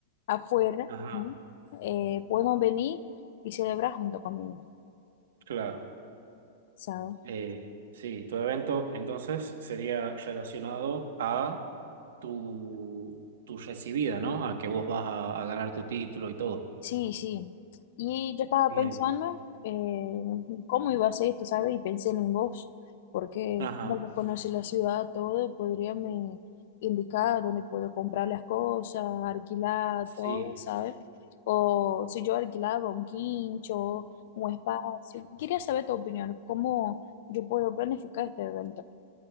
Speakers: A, on the left; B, on the right.
A: afuera,
B: ajá,
A: ¿no? Eh, puedan venir y celebrar junto conmigo,
B: claro.
A: ¿sabes?
B: Eh, sí, tu evento entonces sería relacionado a tu, tu recibida, ¿no? A que vos vas a, a ganar tu título y todo.
A: Sí, sí. Y yo estaba
B: Bien.
A: pensando eh, cómo iba a ser esto, ¿sabes? Y pensé en vos, porque
B: Ajá,
A: como vos conocés la ciudad, todo, podría me indicar dónde puedo comprar las cosas, alquilar,
B: sí.
A: todo, ¿sabes? O si yo alquilaba un quincho, un espacio. Quería saber tu opinión, cómo yo puedo planificar este evento.